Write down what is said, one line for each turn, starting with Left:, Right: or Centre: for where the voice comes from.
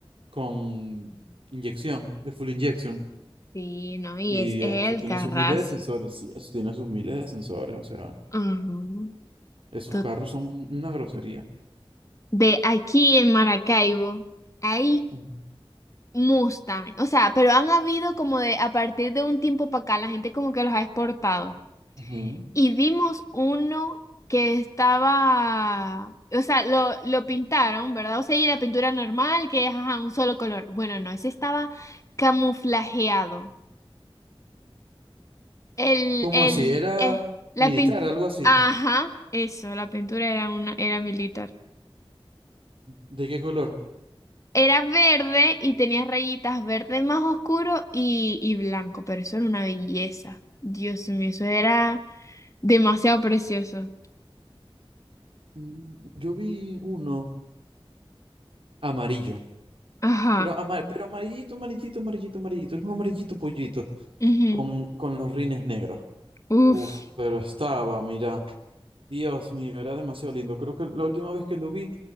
Right: con inyección, de full injection.
Left: Sí, no, y
Right: Y
Left: es el
Right: eso tiene
Left: Carras.
Right: sus miles de sensores, sí, eso tiene sus miles de sensores, o sea,
Left: Ujú.
Right: esos
Left: To-
Right: carros son una grosería.
Left: De aquí en Maracaibo hay
Right: Ujú.
Left: Mustang, o sea, pero han habido como de a partir de un tiempo para acá, la gente como que los ha exportado.
Right: Ujú.
Left: Y vimos uno que estaba, o sea, lo, lo pintaron, ¿verdad? O sea, y la pintura normal, que es ajá, un solo color. Bueno, no, ese estaba camuflajeado. El,
Right: ¿Cómo
Left: el,
Right: así? ¿Era
Left: eh, la
Right: militar,
Left: pintura,
Right: algo así?
Left: ajá, eso, la pintura era una, era militar.
Right: ¿De qué color?
Left: Era verde y tenía rayitas verde más oscuro y, y blanco, pero eso era una belleza. Dios mío, eso era demasiado precioso.
Right: Mm, Yo vi uno amarillo,
Left: Ajá.
Right: pero, ama- pero amarillito, amarillito, amarillito, amarillito, era un amarillito pollito.
Left: ujú.
Right: con, con los rines negros.
Left: Uf.
Right: Uf, pero estaba, mira, Dios mío, era demasiado lindo. Creo que la última vez que lo vi